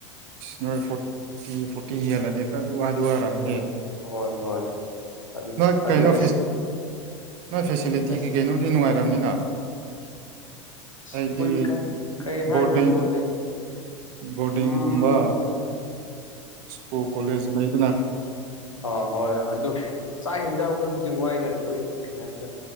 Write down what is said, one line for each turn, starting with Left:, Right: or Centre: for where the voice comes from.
Right: ꯅꯣꯏ ꯐꯣꯔꯇꯤ ꯐꯣꯔꯇꯤ ꯍꯦꯜꯂꯗꯤ ꯈꯔꯗꯤ ꯋꯥꯗꯤ ꯋꯥꯔꯅꯤ
Left: ꯑꯣ
Right: ꯍꯦ
Left: ꯍꯣꯏ ꯍꯣꯏ ꯑꯗꯨ
Right: ꯅꯣꯏ
Left: ꯑꯗꯨ
Right: ꯀꯩꯅꯣ
Left: ꯉꯁꯤ
Right: ꯅꯣꯏ ꯐꯦꯁꯤꯂꯤꯇꯤꯒꯤ
Left: ꯉꯁꯤ
Right: ꯀꯩꯅꯣꯗꯤ ꯅꯨꯡꯉꯥꯏꯔꯝꯅꯤꯅ
Left: ꯁ꯭ꯀꯨꯜ
Right: ꯑꯩꯗꯤ
Left: ꯀꯩ ꯀꯩ ꯍꯥꯏꯗ꯭ꯔꯥ
Right: ꯕꯣꯔꯗꯤꯡ
Left: ꯀꯣꯜꯂꯦ
Right: ꯕꯣꯔꯗꯤꯡꯒꯨꯝꯕ
Left: ꯎꯝ
Right: ꯁ꯭ꯀꯨꯜ ꯀꯣꯂꯦꯖ ꯂꯩꯗꯅ
Left: ꯑ ꯍꯣꯏ ꯑꯗꯨ ꯆꯥꯛ ꯌꯦꯟꯖꯥꯡ ꯑꯩꯈꯣꯏꯕꯨꯗꯤ ꯋꯥꯏꯗ ꯑꯩꯈꯣꯏ ꯀꯩ ꯍꯥꯏꯁꯤꯔ